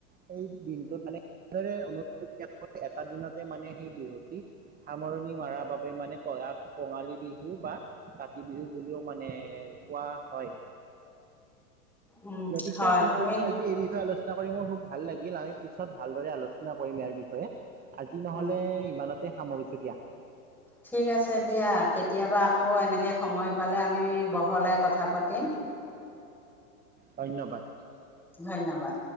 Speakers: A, on the right (about 20°); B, in the centre.
A: সেই দিনটোত মানে <unintelligible> সাত দিনতে মানে সেই বিহুটি, সামৰণি মাৰাৰ বাবে মানে <unintelligible> কঙালী বিহু বা, কাতি বিহু বুলিও মানে, কোৱা হয়।
B: উম
A: গতিকে
B: হয়
A: তোমাৰ
B: তুমি
A: লগত আজি এই বিষয়ে আলোচ চনা কৰি মোৰ খুব ভাল লাগিল আমি পিছত ভালদৰে আলোচনা কৰিম ইয়াৰ বিষয়ে, আজি নহলে
B: উম
A: ইমানত তে সামৰিছোঁ দিয়া।
B: ঠিক আছে দিয়া কেতিয়াবা আকৌ এনেকে সময় পালে আমি, বহলাই কথা পাতিম।
A: ধন্যবাদ।
B: ধন্যবাদ